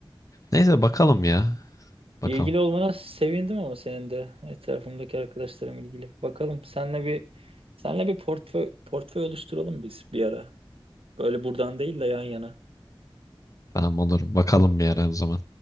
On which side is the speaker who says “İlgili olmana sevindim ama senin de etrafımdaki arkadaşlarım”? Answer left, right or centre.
Right